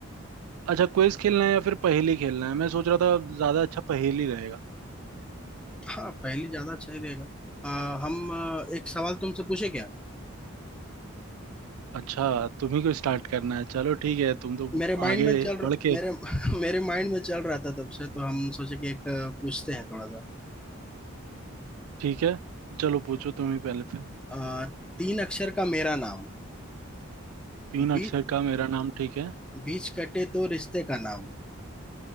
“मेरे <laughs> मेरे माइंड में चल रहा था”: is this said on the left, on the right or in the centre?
Centre